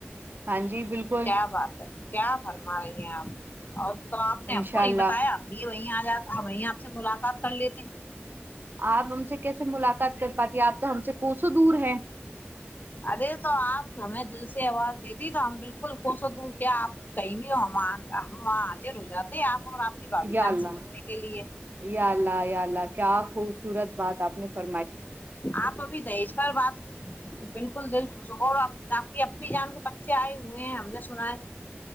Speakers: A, on the right; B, on the left.
A: ہاں جی بالکل
B: کیا بات ہے کیا فرم رہی ہیں آپ اور تو آپ نے ہم
A: انشاء
B: کو نہیں
A: اللہ
B: بتایا اب وہی آج اب وہیں آپ سے ملاقات کر لیتے
A: آپ ہم سے کیسے ملاقات کر پاتی ہے آپ تو ہم سے کون سو دور ہیں
B: ارے تو آپ ہمیں دل سے آواز دیتی تو ہم بالکل کو سو دور کیا آپ کہیں بھی ہو ہم وہاں آجر ر جاتے آپ اور آپ کی بھابھی
A: یا
B: جان سے
A: لا
B: ملنے کے لیے
A: یا لا یا لا کیا خوبصورت بات آپ نےوا
B: آپ ابھی دہیش ب بات بالکل دل خوش ہو اور آپ باقی اب بھی جان کے بچے آئے ہوئے ہیں ہم نے سنا ہے